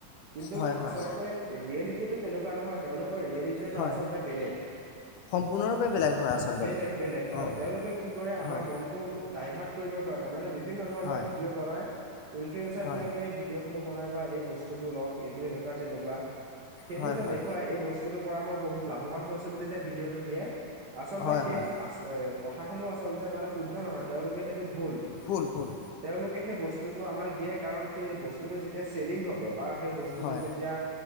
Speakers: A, on the right; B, on the left.
A: কিন্তু
B: হয় হয়
A: আচলতে ৰিয়েলিটিটো তেনেকুৱা নহয় তেওঁলোকৰ ৰিয়েলিটি
B: হয়
A: আচলতে বেলেক।
B: সম্পূৰ্ণৰূপে বেলেগ হয় আচলতে
A: বেলেগ বেলেগ হয়',
B: অ
A: তেওঁলোকে কি কৰে আমাৰ
B: হয়
A: মনতটো ডাইভাৰ্ট কৰিবৰ কাৰনে মানে বিভিন্ন ধৰণৰ
B: হয়
A: ভিডিঅ' বনাই। ইনফ্লুৱয়েঞ্চাৰ
B: হয়
A: বিলাকে ভিডিঅ'সমূহ বনাই বা এই বস্তুটো লওক এইটো এনেকুৱা তেনেকুৱা। সেইটো
B: হয়
A: যে
B: হয়
A: দেখুৱাই এই বস্তুতটো পৰা মই বহুত লাভৱান হৈছো বুলি যে ভিডিঅ দিয়ে আচলতে
B: হয়
A: সেই
B: হয়
A: আ এ কথাস সমূহ আচলতে মানে শুদ্ধ নহয় তেওঁলোকে সেইটো ভুল।
B: ভুল', ভুল।
A: তেওঁলোকে সেই বস্তুটো আমাক দিয়ে কাৰণ সেই বস্তুটো যেতিয়া চেলিং হব বা সেই বস্তুটো
B: হয়
A: যেতিয়া।